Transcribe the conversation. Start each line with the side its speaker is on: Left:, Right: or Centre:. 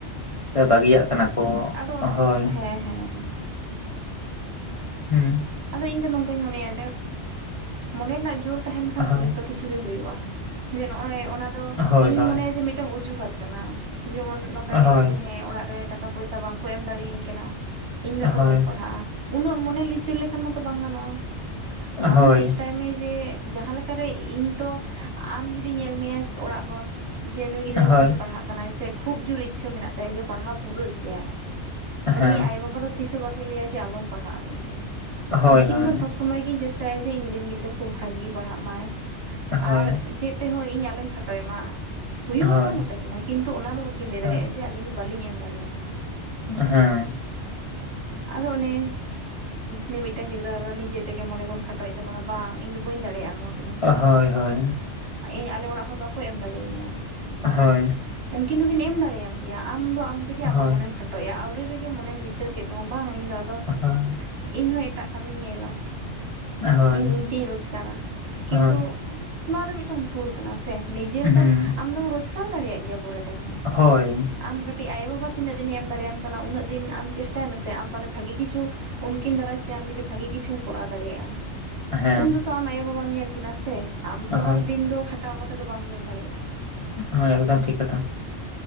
Left: ᱥᱮ ᱵᱟᱹᱜᱤᱭᱟᱜ ᱠᱟᱱᱟ ᱠᱚ
Right: ᱛᱚ
Left: ᱦᱳᱭ
Right: ᱦᱮᱸᱻᱦᱮᱸᱻ ᱦᱮᱸᱻ
Left: ᱦᱮᱸ
Right: ᱟᱫᱚ ᱤᱧ ᱫᱚ ᱱᱚᱝᱠᱟᱹᱧ ᱢᱚᱱᱮᱭᱟ ᱡᱮ ᱢᱚᱱᱮ ᱨᱮᱱᱟᱜ ᱡᱳᱨ ᱛᱟᱦᱮᱱ ᱠᱷᱟᱱ
Left: ᱦᱳᱭ
Right: ᱥᱮ ᱡᱷᱚᱛᱚ ᱜᱮ ᱠᱤᱪᱷᱩ ᱜᱮ ᱦᱩᱭᱩᱜᱼᱟ ᱡᱮ ᱱᱚᱜᱼᱚᱭ ᱚᱱᱟ ᱫᱚ
Left: ᱦᱳᱭ
Right: ᱤᱧᱤᱧ
Left: ᱦᱳᱭ
Right: ᱢᱚᱱᱮᱭᱟ ᱡᱮ ᱢᱤᱫᱴᱟᱝ ᱩᱡᱩ ᱦᱟᱛ ᱠᱟᱱᱟ ᱡᱮᱢᱚᱱ ᱱᱚᱝᱠᱟᱭ ᱞᱟᱹᱭᱼᱟ
Left: ᱦᱳᱭ
Right: ᱡᱮ ᱦᱮᱸ ᱚᱲᱟᱜ ᱨᱮ ᱴᱟᱠᱟ ᱯᱚᱭᱥᱟ ᱵᱟᱝᱠᱚ ᱮᱢ ᱫᱟᱲᱮᱭᱟᱹᱧ ᱠᱟᱱᱟ ᱤᱧ ᱫᱚ ᱟᱫᱚ
Left: ᱦᱳᱭ
Right: ᱵᱟᱹᱧ ᱯᱟᱲᱦᱟᱜᱼᱟ ᱩᱱᱟᱹᱜ ᱢᱚᱱᱮ ᱞᱤᱪᱟᱹᱲ ᱞᱮᱠᱷᱟᱱ ᱢᱟᱛᱚ ᱵᱟᱝ ᱜᱟᱱᱚᱜᱼᱟ ᱟᱢ
Left: ᱦᱳᱭ
Right: ᱪᱮᱥᱴᱟᱭ ᱢᱮ ᱡᱮ ᱡᱟᱦᱟᱸ ᱞᱮᱠᱟᱨᱮ ᱤᱧ ᱛᱚ ᱟᱢ ᱡᱩᱫᱤ ᱧᱮᱞ ᱢᱮᱭᱟ ᱚᱲᱟᱜ ᱦᱚᱲ ᱡᱮ ᱱᱩᱭ ᱜᱤᱫᱽᱨᱟᱹ
Left: ᱦᱳᱭ
Right: ᱵᱷᱟᱜᱤ ᱯᱟᱲᱦᱟᱜ ᱠᱟᱱᱟᱭ ᱥᱮ ᱠᱷᱩᱵ ᱡᱳᱨ ᱤᱪᱪᱷᱟᱹ ᱢᱮᱱᱟᱜ ᱛᱟᱭᱟ ᱡᱮ ᱯᱟᱲᱦᱟᱣ ᱯᱩᱨᱟᱹᱜ ᱜᱮᱭᱟᱭ ᱩᱱᱤ
Left: ᱦᱮᱸ
Right: ᱟᱭᱳ ᱵᱟᱵᱟ ᱫᱚ ᱛᱤᱥ ᱦᱚᱸ ᱵᱟᱹᱠᱤᱱ ᱞᱟᱹᱭᱟ ᱡᱮ ᱟᱞᱚᱢ ᱯᱟᱲᱦᱟᱜᱼᱟ ᱢᱮᱱᱛᱮ
Left: ᱦᱳᱭ
Right: ᱩᱱᱠᱤᱱ
Left: ᱦᱳᱭ
Right: ᱫᱚ ᱥᱚᱵ ᱥᱚᱢᱚᱭ ᱠᱤᱱ ᱪᱮᱥᱴᱟᱭᱟ ᱡᱮ ᱤᱧ ᱨᱮᱱ ᱜᱤᱫᱽᱨᱟᱹ ᱠᱷᱩᱵ ᱵᱷᱟᱜᱤ ᱯᱟᱲᱦᱟᱜ ᱢᱟᱭ
Left: ᱦᱳᱭ
Right: ᱟᱨ ᱪᱮᱫ ᱛᱮᱦᱚᱸ ᱤᱧ ᱟᱞᱚᱧ ᱠᱷᱟᱴᱚᱭ ᱮ ᱢᱟ ᱦᱩᱭᱩᱜᱼᱟ
Left: ᱦᱳᱭ
Right: ᱵᱟᱹᱱᱩᱜ ᱛᱟᱹᱠᱤᱱᱟ ᱠᱤᱱᱛᱩ ᱚᱱᱟ ᱫᱚ ᱵᱟᱹᱠᱤᱱ ᱞᱟᱹᱭ ᱫᱟᱲᱮᱭᱟᱜ-ᱟ
Left: ᱦᱮᱸ
Right: ᱡᱮ ᱟᱞᱤᱧ ᱫᱚ ᱵᱟᱹᱞᱤᱧ ᱮᱢ ᱫᱟᱲᱮᱭᱟᱢᱟ
Left: ᱦᱮᱸ
Right: ᱟᱫᱚ ᱚᱱᱮ ᱢᱤᱢᱤᱫᱴᱟᱝ ᱜᱤᱫᱽᱨᱟᱹ ᱫᱚ ᱱᱤᱡᱮ ᱛᱮᱜᱮ ᱢᱚᱱᱮ ᱵᱚᱱ ᱠᱷᱟᱴᱚᱭᱮᱫ ᱛᱟᱵᱚᱱᱟ ᱵᱟᱝ ᱤᱧ ᱫᱚ ᱵᱟᱹᱧ ᱫᱟᱲᱮᱭᱟᱜᱼᱟ ᱫᱟᱲᱮᱭᱟᱜᱼᱟ ᱱᱚᱶᱟ ᱠᱚᱫᱚ
Left: ᱦᱳᱭ ᱦᱳᱭ
Right: ᱤᱧ ᱟᱞᱮ ᱚᱲᱟᱜ ᱦᱚᱲ ᱵᱟᱠᱚ ᱮᱢ ᱫᱟᱲᱮ ᱤᱧᱟ
Left: ᱦᱳᱭ
Right: ᱩᱱᱠᱤᱱ ᱫᱚᱠᱤᱱ ᱮᱢ ᱫᱟᱲᱮᱭᱟᱢ ᱜᱮᱭᱟ ᱟᱢ ᱫᱚ ᱟᱢ ᱛᱮᱜᱮ
Left: ᱦᱳᱭ ᱦᱳᱭ
Right: ᱟᱢᱟᱜ ᱢᱚᱱᱮᱢ ᱠᱷᱟᱴᱚᱭᱮᱫᱼᱟ ᱴᱟᱭᱮᱜ-ᱟ ᱟᱣᱨᱤ ᱨᱮᱜᱮ ᱢᱚᱱᱮᱢ ᱞᱤᱪᱟᱹᱲ ᱠᱮᱫ ᱛᱟᱢᱟ ᱵᱟᱝ ᱤᱧᱫᱚ ᱟᱫᱚ
Left: ᱦᱳᱭ
Right: ᱤᱧ ᱮᱴᱟᱜ ᱠᱟᱹᱢᱤᱧ ᱧᱮᱞᱟ
Left: ᱦᱳᱭ
Right: ᱤᱧ ᱤᱧ ᱛᱤᱧ ᱨᱚᱡᱽᱜᱟᱨᱟ ᱠᱤᱱᱛᱩ
Left: ᱦᱳᱭ
Right: ᱱᱚᱣᱟ ᱫᱚ ᱢᱤᱫᱴᱟᱝ ᱵᱷᱩᱞ ᱠᱟᱱᱟ ᱥᱮ ᱱᱤᱡᱮᱨ
Left: ᱦᱩᱸ
Right: ᱫᱚ ᱟᱢᱫᱚᱢ ᱨᱳᱡᱽᱜᱟᱨ ᱫᱟᱲᱮᱭᱟᱜ ᱜᱮᱭᱟ ᱯᱚᱨᱮᱛᱮ ᱛᱮ ᱦᱚᱸ
Left: ᱦᱳᱭ
Right: ᱟᱢ ᱠᱟᱹᱴᱤᱡ ᱟᱭᱳ ᱵᱟᱵᱟ ᱛᱤᱱᱟᱹᱜ ᱫᱤᱱᱮ ᱮᱢ ᱫᱟᱲᱮᱭᱟᱢ ᱠᱟᱱᱟ ᱩᱱᱟᱹᱜ ᱫᱤᱱ ᱟᱢ ᱪᱮᱥᱴᱟᱭ ᱢᱮᱥᱮ ᱟᱢᱯᱟᱞᱮ ᱵᱷᱟᱜᱤ ᱠᱤᱪᱷᱩ ᱩᱱᱠᱤᱱ ᱫᱟᱨᱟᱭ ᱛᱮ ᱟᱢ ᱡᱩᱫᱤ ᱵᱷᱟᱜᱤ ᱠᱤᱪᱷᱩᱢ ᱠᱚᱨᱟᱣ ᱫᱟᱲᱮᱭᱟᱜᱼᱟ
Left: ᱦᱮᱸ
Right: ᱩᱱ ᱫᱚ ᱛᱚ ᱟᱢ ᱟᱭᱳ ᱵᱟᱵᱟᱢ ᱧᱮᱞ ᱠᱤᱱᱟ ᱥᱮ ᱟᱢ
Left: ᱦᱳᱭ
Right: ᱛᱚ ᱟᱨ ᱫᱤᱱ ᱫᱚ ᱠᱷᱟᱴᱟᱣ ᱠᱟᱛᱮᱜ ᱫᱚ ᱵᱟᱢ ᱡᱚᱢ ᱫᱟᱲᱮᱭᱟᱜ-ᱟ᱾
Left: ᱦᱳᱭ ᱮᱠᱫᱚᱢ ᱴᱷᱤᱠ ᱠᱟᱛᱷᱟ